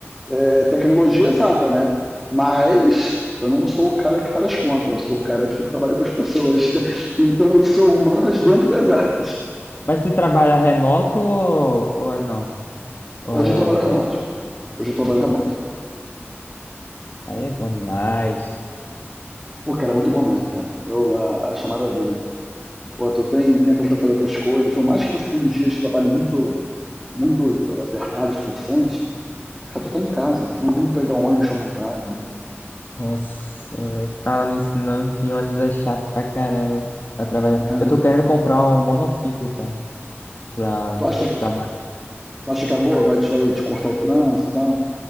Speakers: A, in the centre; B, on the left.
A: é tecnologia exata, né? Mas eu não sou o cara que faz as contas, eu sou o cara que trabalha com as pessoas. <laughs> Então eu sou humanas dentro das artes.
B: Mas tu trabalha remoto ou, ou é não? Ou
A: Hoje
B: é
A: eu trabalho remoto. Hoje eu trabalho
B: remoto?
A: remoto.
B: Aí é bom demais.
A: Pô, cara, é muito bom mesmo, cara. Eu a, acho maravilha. Pô, tu tem tempo para fazer outras coisas. Por mais que você tenha um dia de trabalho muito, muito apertado, estressante, cara, tu tá em casa. Tu não tem que pegar um ônibus pra voltar, entendeu?
B: Nossa, velho. Fala nisso não, que ônibus é chato pra caramba pra trabalhar.
A: Né?
B: Eu tô querendo comprar um monociclo, cara, pra
A: Tu acha que,
B: trabalhar.
A: tu acha que acabou? Vai te, vai te cortar o trânsito e tal?